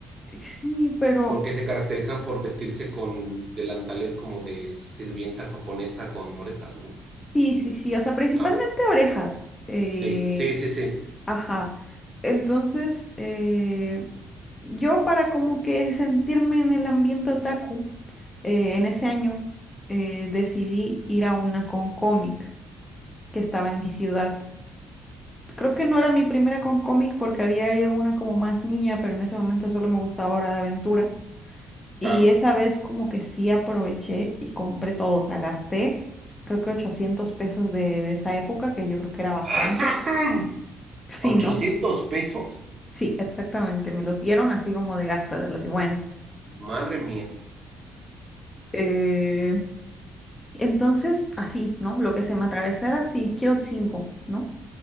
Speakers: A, on the left (about 20°); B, on the right (about 40°).
A: Sí, pero...
B: Porque se caracterizan por vestirse con delantales como de sirvienta japonesa con orejas, ¿no?
A: Sí, sí, sí. O sea, principalmente
B: Ah,
A: orejas. Eh,
B: sí, sí, sí, sí.
A: ajá. Entonces, eh, yo para como que sentirme en el ambiente otaku, eh, en ese año eh, decidí ir a una con cómic que estaba en mi ciudad. Creo que no era mi primera con cómic porque había ido a una como más niña, pero en ese momento solo me gustaba Hora de Aventura. Y
B: Claro.
A: esa vez como que sí aproveché y compré todo, o sea, gasté creo que 800 pesos de, de esa época, que yo creo que era bastante.
B: <clears throat>
A: Sí,
B: ochocientos
A: no,
B: pesos?
A: <laughs> sí, exactamente, me los dieron así como de gasta, de los, bueno.
B: Madre mía.
A: eh, entonces, así, ¿no? Lo que se me atravesara, sí, quiero cinco, ¿no?